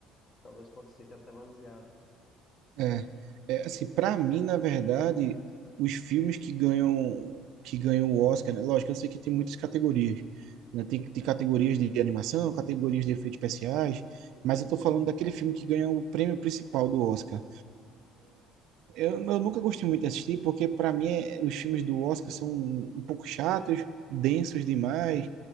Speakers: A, on the left (about 30°); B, on the right (about 70°).
A: Talvez pode ser que até baseado.
B: É, é assim, para mim, na verdade, os filmes que ganham que ganham o Oscar, né? Lógico, eu sei que tem muitas categorias, né? Tem, tem categorias de animação, categorias de efeitos especiais, mas eu tô falando daquele filme que ganha o prêmio principal do Oscar. Eu, eu nunca gostei muito de assistir, porque para mim é- os filmes do Oscar são um um pouco chatos, densos demais,